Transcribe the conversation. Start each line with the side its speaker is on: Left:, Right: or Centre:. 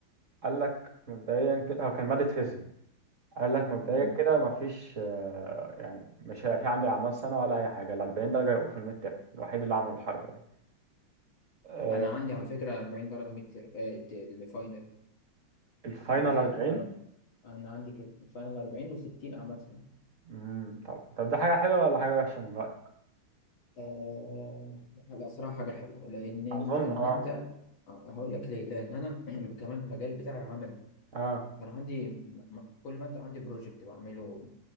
Right: قال لك مبدئيا كده هو كان ماده فيزياء قال لك مبدئيا
Left: امم
Right: كده مفيش آه، يعني مش هيبقى في عندي اعمال سنه ولا اي حاجه ال 40 درجه يبقوا في الميد ترم الوحيد اللي عمل الحركه دي آه،
Left: انا عندي على فكره 40 درجه ميد تيرم آه ت- الفاينل
Right: الفاينل
Left: عندي الفاينل
Right: 40
Left: أر- انا عندي كده الفاينل 40 و60 اعمال سنه
Right: مم، طب طب ده حاجه حلوه ولا حاجه وحشه من رايك
Left: آه لا صراحه حاجه حلوه لان انت
Right: اظن
Left: ان
Right: اه
Left: انت آه، هقول لك ليه لان انا <clears throat> كمان المجال بتاعي عملي
Right: اه
Left: فانا عندي م- م- كل ماده عندي بروجكت بعمله